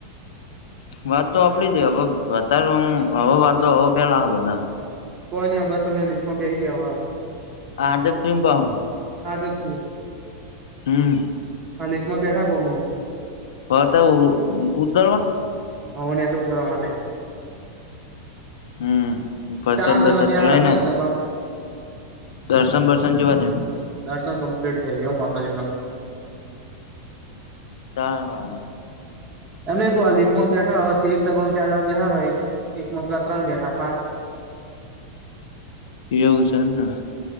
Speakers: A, on the left (about 85°); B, on the right (about 20°).
A: વાત તો આપડી જ હવે અતાર આમ હવે વાતો હવે ફેલા હ બધા
B: કોઈ ને આ બસ અમે લીપમાં બેસી જવા
A: આજે તુ પાહુ
B: આ જ થીયું
A: હમ્મ.
B: હા લીપમાં બેઠા ગહ મે.
A: હ ઇ ઈ ઉતરવા
B: હન્યા છે ઉતવા માટે
A: હમ વરસાદ
B: ચાર જણના
A: બરસાદ
B: બેહાડે
A: ચલાય
B: કોઇ
A: ને
B: એક દબામ
A: દર્શન બર્સન કેવા છે
B: દર્શન કમપ્લીટ થઈ માતાજીના
A: ચાલો
B: એમને કો વા લિપમાં બેઠા હો એક ડબામાં ચારમાં બેઠા એક <unintelligible> ત્રણ બેઠા સાત
A: એવું છેને